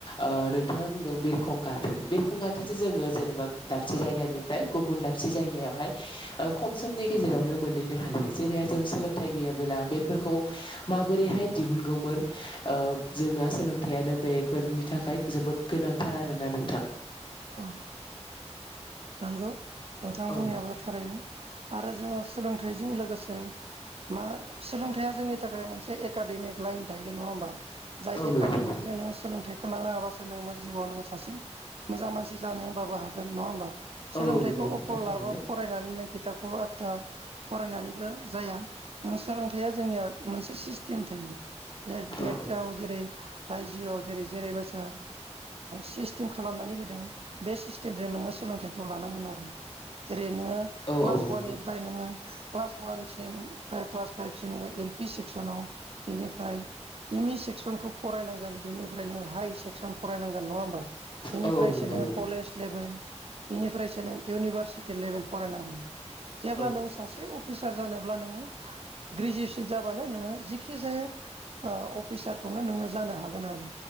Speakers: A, on the left (about 45°); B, on the right (about 55°).
A: ओ नोंथाङा बुंदों बिरखं गार्टेन बिरखं गार्टेन जोङो जेनेबा दाबसे जायगानिफ्राय गुबुन दाबसे जायगायावहाय ओ खम समनि गेजेरावनो मोनहैनो हायो जेरेब जोँ सोलोंथाइ गैयाब्ला बेफोरखौ माबोरैहाय दिहुनगौमोन जोंना सोलोंथायाइयानो बेफोरनि थाखाय जोबोद गोनांथार आरोना नोंथां
B: औ नंगौ नोंथां
A: औ
B: बुंनायाबो थारैनो आरो जोङो सोलोंथाइ जों लोगोसे मा सोलोंथाइया जोंनि थाखाय मोनसे एकाडेमिक लाइन थायो नङा होमबा जाय एकाडेमिकजों
A: नंगौ नंगौ
B: नोङो सोलोंथाइखौ लानो हाबासो नोङो जिउआव नोङो सासे मोजां मानसि जानो होनबाबो हागोन नङा होमबा सोलोंथाइखौ
A: औ औ नंगौ नोंथां
B: अखल
A: थारैनो
B: लाबो फरायनानैनो खिथाबखौ आदथा फरायनानैबो जाया नों सोलों हाया जोंनिया मोनसे सिस्टेम थायो <unintelligible>
A: औ औ
B: आव जेरै रायजोआव जेरै जेरैबायसा सिस्टेम खालामनानै हो दों बेे नोङो सोलोंथायखौ लानो हामारो बे नोङो
A: औ
B: क्लास
A: औ नंगौ
B: वाननिफ्राय नोङो क्लास वसिम क्लास फाइभसिम बा एल बि सेक्सन आव बेनिफ्राय एम इ सेक्सनखौ फरायनांगोन बेनिफ्राय नोङो हाइ सेक्सन फरायनांगोन नङा होमबा बेनिफ्रायसो
A: औ औ नंगौ
B: नों
A: नंगौ
B: कलेज लेभेल बेनिफ्रायसो नों इउनिभारसिटि लेभेल फरायनांगौ जेब्ला
A: औ
B: नों सासे अफिसार जानोब्ला नोङो ग्रेजुवेसन जाबानो नोङो जेखि जाया अफिसारखौनो नोङो जानो हागोन आरो